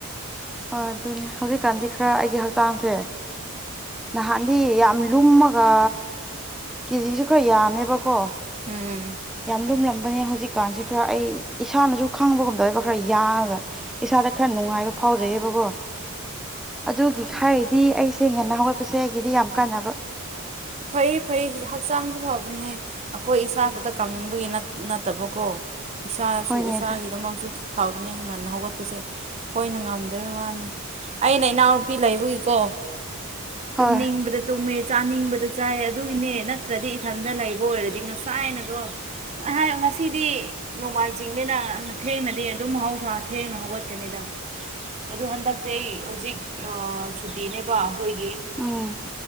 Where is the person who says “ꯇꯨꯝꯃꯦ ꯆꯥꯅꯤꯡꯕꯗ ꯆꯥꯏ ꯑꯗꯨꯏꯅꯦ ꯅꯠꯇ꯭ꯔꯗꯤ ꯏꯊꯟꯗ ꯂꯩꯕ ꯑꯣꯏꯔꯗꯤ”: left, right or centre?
Right